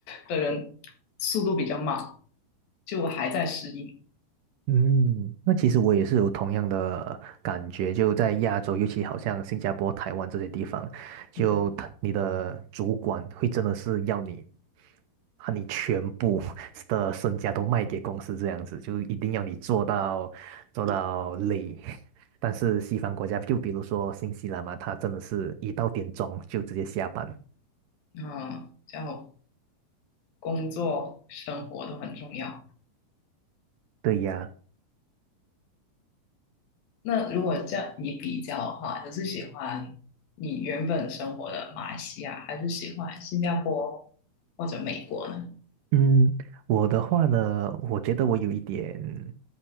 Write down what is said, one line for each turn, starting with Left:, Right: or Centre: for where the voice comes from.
Left: 的人速度比较慢，就我还在适应。
Right: 嗯，那其实我也是有同样的感觉，就在亚洲，尤其好像新加坡、台湾这些地方，就他你的主管会真的是要你，
Left: 嗯，
Right: 把你全部 <laughs> 的身家都卖给公司这样子，就一定要你做到做到累。<laughs> 但是西方国家，就比如说新西兰嘛，他真的是一到点钟就直接下班。
Left: 嗯，叫工作生活都很重要。
Right: 对呀，
Left: 那如果这样你比较的话，你是喜欢你原本生活的马来西亚，还是喜欢新加坡或者美国呢？
Right: 嗯，我的话呢，我觉得我有一点